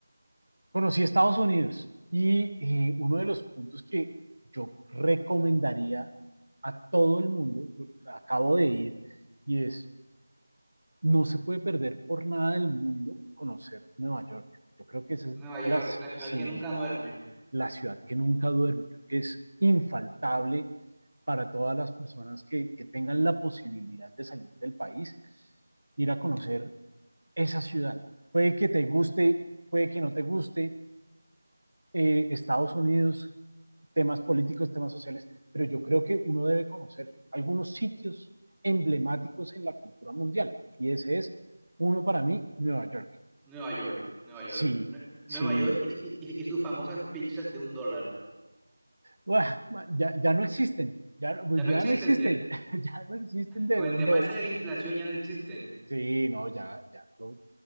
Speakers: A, on the right; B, in the centre.
A: conocí Estados Unidos y eh, uno de los puntos que yo recomendaría a todo el mundo, porque acabo de ir, y es, no se puede perder por nada del mundo conocer Nueva York. Yo creo que esa es
B: Nueva York,
A: las,
B: la ciudad
A: sí,
B: que nunca duerme.
A: la ciudad que nunca duerme, creo que es infaltable para todas las personas que, que tengan la posibilidad de salir del país, ir a conocer esa ciudad. Puede que te guste, puede que no te guste eh, Estados Unidos, temas políticos, temas sociales, pero yo creo que uno debe conocer algunos sitios emblemáticos en la cultura mundial. Y ese es uno para mí, Nueva York.
B: Nueva York, Nueva York.
A: Sí,
B: Nue-
A: sí.
B: Nueva York y, y y- y sus famosas pizzas de un dólar.
A: Uah, ya, ya, no existen, ya, no, pues
B: Ya no
A: ya
B: existen,
A: no existen,
B: ¿cierto?
A: <laughs> ya no existen de
B: Con
A: un
B: el tema
A: dólar.
B: ese de la inflación ya no existen.
A: Sí, no, ya, ya. No.